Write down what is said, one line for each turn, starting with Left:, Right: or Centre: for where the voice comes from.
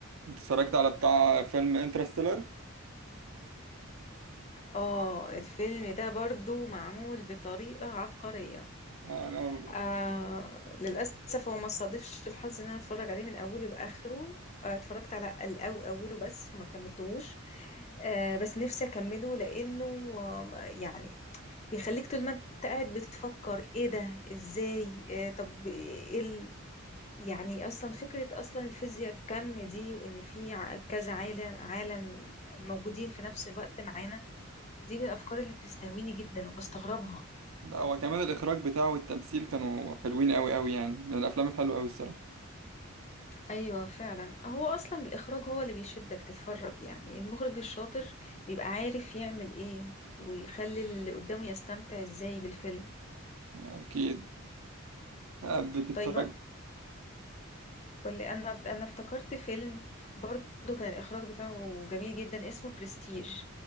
Right: انت اتفرجت على بتاع فيلم انترستيلر
Left: آه الفيلم ده برضو معمول بطريقة عبقرية
Right: آه، انا
Left: آه للأسف هو ما صادفش الحظ إن أنا أتفرج عليه من أوله لآخره آه اتفرجت على الأو أوله بس وما كملتهوش آه بس نفسي أكمله لأنه آه يعني بيخليك طول ما أنت قاعد بتفكر إيه ده إزاي آه طب إيه ال... يعني أصلا فكرة أصلا الفيزياء الكم دي وإن في ع- كذا عالم عالم موجودين في نفس الوقت معانا دي من الأفكار اللي بتستهويني جدا وبستغربها
Right: لا هو كمان الاخراج بتاعه والتمثيل كانوا حلوين قوي قوي يعني من الافلام الحلوه قوي الصراحه
Left: ايوه فعلا هو اصلا الاخراج هو اللي بيشدك تتفرج يعني المخرج الشاطر بيبقى عارف يعمل ايه ويخلي اللي قدامه يستمتع ازاي بالفيلم
Right: اكيد بتتفرج
Left: طيب بقى، قولي انا انا افتكرت فيلم برضو كان الاخراج بتاعه جميل جدا اسمه برستيج